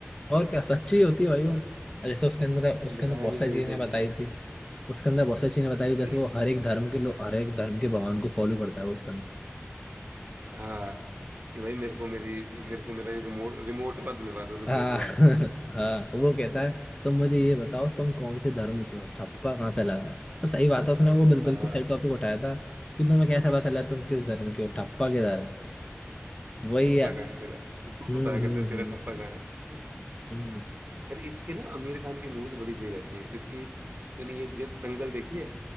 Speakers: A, on the left; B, on the right.
A: और क्या सच्ची होती है भाई वो और जैसे उसके अंदर उसके
B: बताया
A: अंदर बहुत
B: भी
A: सारी
B: सही
A: चीजें
B: था उसमें
A: बताई थी उसके अंदर बहुत सारी चीजें बताई थी, जैसे
B: पर इस
A: वो हर एक धर्म के लोग हर एक धर्म के भगवान को फॉलो करता है उसके अंदर
B: हाँ कि भाई मेरे को मेरी मेरे को मेरा रिमोट रिमोट हुआ दिलवा दो रिमोट
A: हाँ
B: हुआ
A: <laughs> हाँ वो कहता है तुम मुझे ये बताओ तुम कौन से धर्म के हो ठप्पा कहाँ से लगा है तो सही बात है उसने वो बिल- बिल्कुल
B: हाँ
A: सही टॉपिक उठाया था कि तुम्हें कैसे पता चला तुम किस धर्म के हो ठप्पा किधर है वही
B: ठप्पा
A: है
B: कहाँ है तेरा तो तू
A: हम्म
B: बता
A: हम्म
B: कहते तेरा
A: हम्म
B: ठप्पा कहाँ है <laughs>
A: हम्म।
B: यार इसकी ना आमिर खान की मूवीज बड़ी सही रहती हैं इसकी तूने ये जो दंगल देखी है